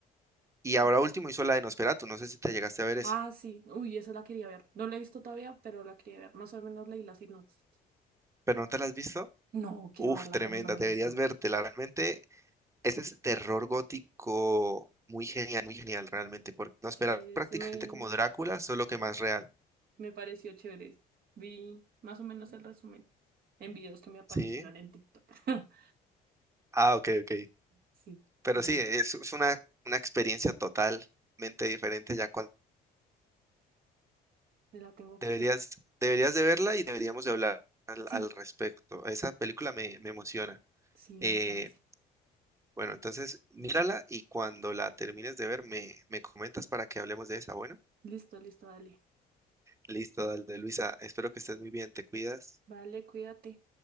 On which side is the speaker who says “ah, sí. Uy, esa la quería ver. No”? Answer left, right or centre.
Right